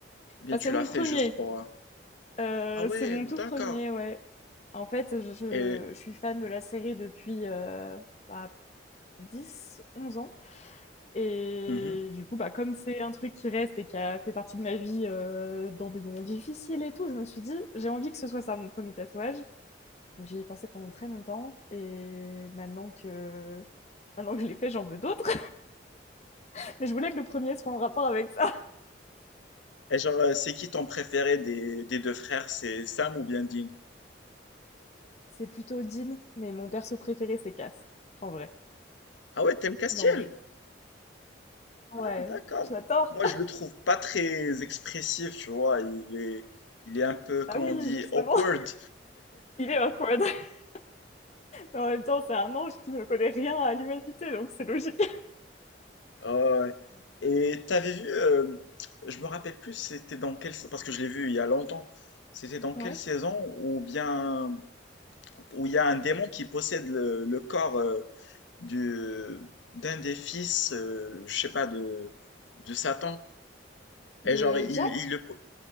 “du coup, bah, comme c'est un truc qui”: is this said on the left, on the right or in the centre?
Left